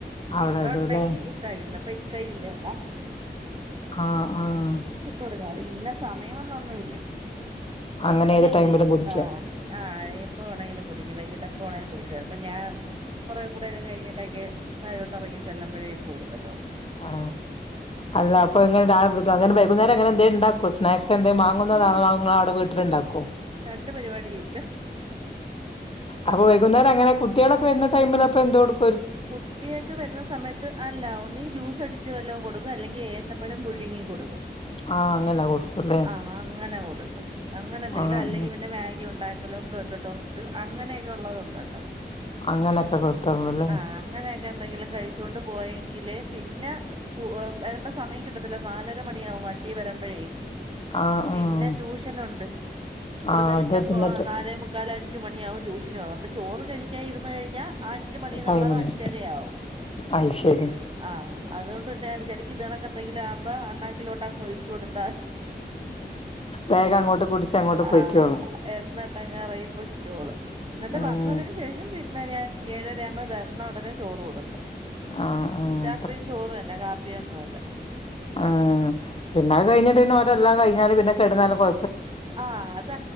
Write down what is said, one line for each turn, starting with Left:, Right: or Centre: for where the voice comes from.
Left: അവിടെ
Right: ഇക്ക
Left: ഇടൂല്ലേ
Right: ഉണ്ടെങ്കി ഇക്ക ഇന്ന് കയ്യില്ല ഇവിട
Left: ആഹ് ആഹ്.
Right: കൊടുക്കാം അത് ഇന്ന സമയമൊന്നൊന്നുല്ല.
Left: അങ്ങനെ
Right: എപ്പോഴെങ്കിലും
Left: ഏത് ടൈമിലും കുടിക്കും
Right: ആഹ് ആഹ് എപ്പോ വേണെങ്കിലും കുടിക്ക വൈകിട്ട് പ്പോണേ <unintelligible> ചെൽപ്പൊ ഞാ കൊറേ കൂടെക്കെ കഴിഞ്ഞിട്ടെക്കെ താഴോട്ടെർങ്ങി ചെല്ല്മ്പഴേ ഇട്ട് കൊടുക്കത്തൊള്ളു
Left: ആ അല്ല അപ്പൊ ഇങ്ങനെ ദാ ദാ അങ്ങനെ വൈകുന്നേരം അങ്ങനെ എന്തേംണ്ടാക്കോ സ്നാക്സ് എന്തേ മാങ്ങുന്നതാ
Right: ഉം
Left: അതൊങ്ങളവ്ടെ വീട്ടില്ണ്ടാക്കോ
Right: ര് പരിപാടിയുല്ല
Left: അപ്പൊ വൈകുന്നേരം അങ്ങനെ കു ട്ട്യേളൊക്കെ വരുന്ന ടൈമിലപ്പം എന്ത്‌ കൊട്
Right: കുട്ടിയൊക്കെ വര്ന്ന സമയത്ത് അ അല്ല ഒന്നെ ജ്യൂസ് അടിച്ച് വല്ലോം കൊടുക്കും അല്ലെങ്കിൽ ഏത്തപ്പഴം പുഴുങ്ങി കൊട്ക്കും
Left: ആഹ് അങ്ങനെ കൊടുക്കുംല്ലേ
Right: ആ അങ്ങനെ കൊടുക്കും അങ്ങനെന്തെങ്കിലും
Left: ആഹ്
Right: അല്ലെങ്കി
Left: ആഹ്
Right: പിന്നെ മാഗി ഉണ്ടാ വല്ലോം ബ്രെഡ് ടോസ്റ്റ് അങ്ങനെയൊക്കെ ഉള്ളത് ഉണ്ടാക്കാം
Left: അങ്ങനെക്കെ കൊട്ത്താ <unintelligible>
Right: ആ അങ്ങനെയൊക്കെ എന്തെങ്കിലും കഴിച്ചൊണ്ട് പോയെങ്കിലേ പിന്നെ സ്കൂ വരുമ്പോ സമയം കിട്ടത്തില്ല നാലര മണിയാവും വണ്ടി വരമ്പഴേ
Left: ആഹ്
Right: പിന്നെ
Left: ആഹ്
Right: ട്യൂഷനുണ്ട് ഇവിടുന്ന്
Left: ആഹ് അത്
Right: പിന്നെപ്പോ
Left: തിന്നിട്ട്
Right: നാലേ മുക്കാൽ അഞ്ച് മണിയാകും ട്യൂഷന് പോവാ ഇപ്പൊ ചോറ് കഴിക്കാൻ ഇരുന്ന് കഴിഞ്ഞാ ആ മണിന്നുള്ളത്
Left: ടൈമുണ്ട്
Right: അഞ്ചര ആവും
Left: അത് ശരി
Right: അ അതുകൊണ്ട് ഞാൻ വിചാരിക്കും ഇത് കണെക്കെ എന്തെങ്കിലും ആവുമ്പോ അണ്ണാക്കിലോട്ടങ് ഒഴിച്ച് കൊടുത്താതി
Left: വേഗം അങ്ങോട്ട് കുടിച്ച് അങ്ങോട്ട്
Right: ആ
Left: പൊയ്ക്കോളും
Right: എന്നിട്ടങ്ങ് എറങ്ങി പൊയ്ക്കോളും ന്നിട്ട്
Left: ഉം
Right: വന്നതിന് ശേഷം പിന്നെ ന്നെ ഞാൻ ഏഴ ര ആവുമ്പോ വന്ന ഉടനെ ചോറ് കൊട്ക്കും
Left: ആഹ് ആഹ്
Right: രാത്രിയും ചോറ് തന്നെ കാപ്പിയൊന്നുവ ല്ല
Left: ആ പിന്നെ അത് കഴിഞ്ഞിട്ട് ന്നെ എല്ലാം കഴിഞ്ഞാലും പിന്നെ കെടന്നാലും കൊ
Right: ആ അത്